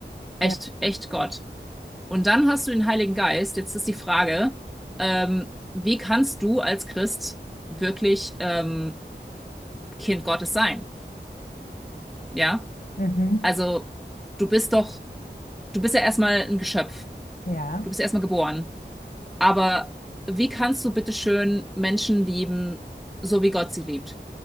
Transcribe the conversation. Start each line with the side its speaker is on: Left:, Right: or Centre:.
Centre: echt,
Left: ja,
Centre: echt Gott. Und dann hast du den Heiligen Geist. Jetzt ist die Frage, ähm, wie kannst du als Christ wirklich ähm, Kind Gottes sein? Ja?
Left: mhm.
Centre: Also, du bist doch, du bist ja erstmal ein Geschöpf.
Left: Ja,
Centre: Du bist ja erstmal geboren. Aber wie kannst du bitte schön Menschen lieben, so wie Gott sie liebt?